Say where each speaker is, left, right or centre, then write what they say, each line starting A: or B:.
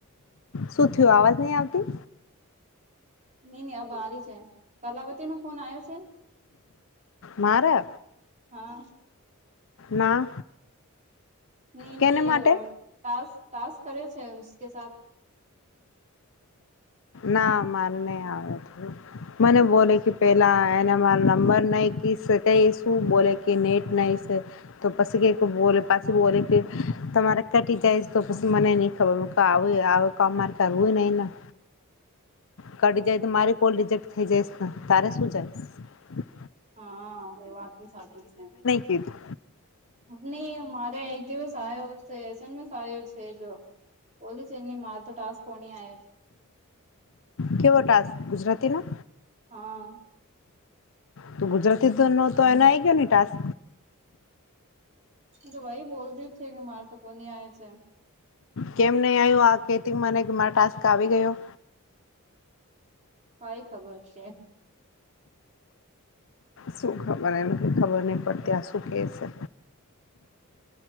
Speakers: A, on the left; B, on the right.
A: શું થયું અવાજ નહી આવતી.
B: નઈ નહી આ બારી છે, કલાવતી નો ફોન આવ્યો છે?
A: મારે?
B: હા.
A: ના.
B: નહી
A: કેને
B: નહી
A: માટે
B: તસ્ તાસ્ક કરે છેકે સા
A: ના મારે નહી આવે મને
B: નહી કર્યો
A: બોલે
B: છે
A: કે પેલા એને મા નંબર નહીં કેક શું બોલે કે નેટ નહી તો પછ કે બો પાછી બોલે કે તમારે કટી જઈ તો પછી મને નહી ખબર આવે આવે ક માર્ક એવ નહી ના. કડી
B: હમ
A: જાય તો મારી કોલ રિજેક્ટ થઈ જઈસ ને તારે સુું જાય.
B: હા એ વાત સાચી છે
A: કીધું
B: ન મારે એક દિવસ સારુ છે એ સહયો છે જો બોલે છે નહી માર તો ટાસ્ક કોની આવે છે?
A: કેવો ટાસ ગુજરાતીના?
B: હા.
A: તો ગુજરાતી નો તો એને આઈ ગયો ને ટાસ્ક.
B: તો ભાઈ બોલવી છે કે મારે તો કોની આવે છે
A: કેમ નહી આવ્યું આ કેથી મને મારા ટાસ્ક આવી ગયો.
B: કઈ ખબર છે.
A: શું ખબર એને કે ખબર નહી પડતી આ શું કહે છે.